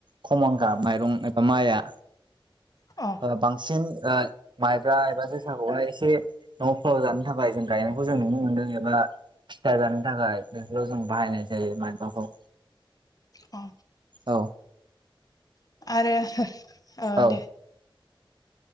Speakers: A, on the right (about 60°); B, on the left (about 45°).
A: खमनखा माइरं एबा माइआ
B: अ।
A: बांसिन ओ माइब्रा एबा जोसाखौहाय एसे न'फोराव जानो थाखाय जों गायनायखौ जों नुनो मोनदों एबा फिथा जानो थाखाय बेफोराव बाहनाय जायो मायब्राखौ
B: अ।
A: औ।
B: आरो ओ
A: औ
B: दे।